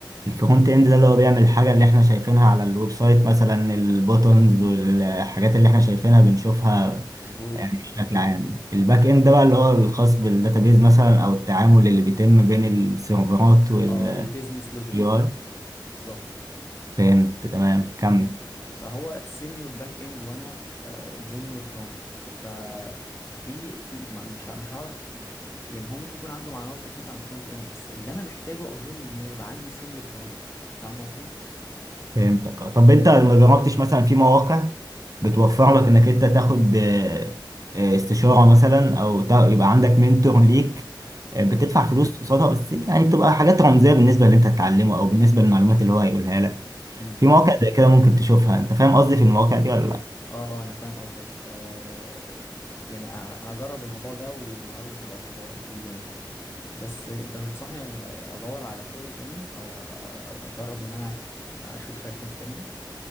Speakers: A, on the right (about 45°); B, on the left (about 30°).
A: الفرونت اند ده اللي هو بيعمل الحاجة اللي احنا شايفينها على الويب سايت مثلا البوتنز والحاجات اللي احنا شايفينها بنشوفها
B: مظبوط
A: يعني بشكل عام الباك اند ده بقى اللي هو الخاص بالداتابيز مثلا او التعامل اللي بيتم بين السيرفرات واليو
B: اه البيزنس لوجيك
A: اي
B: وكده بالظبط
A: فهمت تمام كمل
B: فهو سينيور باك اند وانا جونيور فرونت ففي في ما- مش ه- مش هعرف يعني هو ممكن يكون عنده معلومات بسيطة عن الفرونت اند بس اللي انا محتاجه اظن ان يبقى عندي سينيور فرونت فاهم قصدي
A: فهمتك آه. طب انت ما جربتش مثلا في مواقع بتوفر لك انك انت تاخد آه، آه، استشارة مثلا او تا- يبقى عندك منتور ليك آه، بتدفع
B: امم
A: فلوس قصادها بس يعني بتبقى حاجات رمزية بالنسبة اللي انت هتتعلمه او بالنسبة للمعلومات اللي هو هيقولها لك
B: امم
A: في مواقع زي كده ممكن تشوفها انت فاهم قصدي في المواقع دي ولا لا
B: اه آه، انا فاهم قصدك آه يعني ه- هجرب الموضوع ده وهاخده في الاعتبار اكيد يعني بس انت تنصحني ادور على شغل تاني او أ- أ- اجرب ان انا اشوف شركات تانية